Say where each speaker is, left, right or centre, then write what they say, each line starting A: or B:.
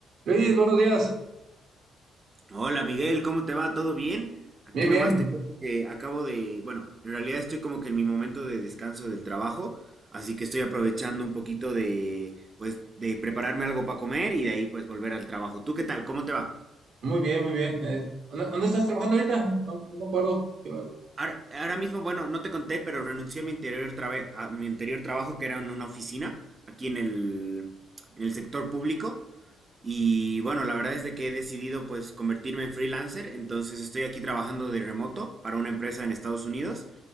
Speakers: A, on the right; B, on the right.
A: Luis, buenos días.
B: Hola Miguel, ¿cómo te va? ¿Todo bien? Aquí
A: Bien,
B: nomás
A: bien.
B: te cuento que acabo de, bueno, en realidad estoy como que en mi momento de descanso del trabajo, así que estoy aprovechando un poquito de, pues, de prepararme algo para comer y de ahí pues volver al trabajo. ¿Tú qué tal? ¿Cómo te va?
A: Muy bien, muy bien. Eh, ¿dónde, dónde estás trabajando ahorita? No, no me acuerdo. ¿Qué va-
B: Ahora, ahora mismo, bueno, no te conté, pero renuncié a mi anterior trabe- a mi anterior trabajo que era en una oficina aquí en el, en el sector público. Y bueno, la verdad es de que he decidido pues convertirme en freelancer, entonces estoy aquí trabajando de remoto para una empresa en Estados Unidos.